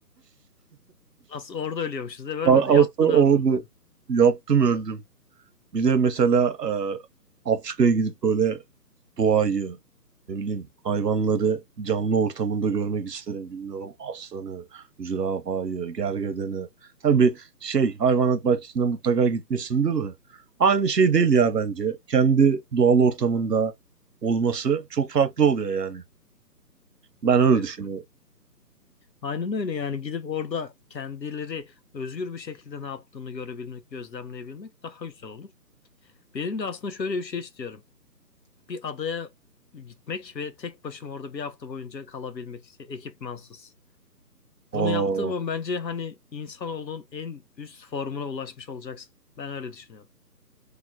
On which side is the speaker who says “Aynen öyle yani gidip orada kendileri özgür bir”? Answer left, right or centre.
Left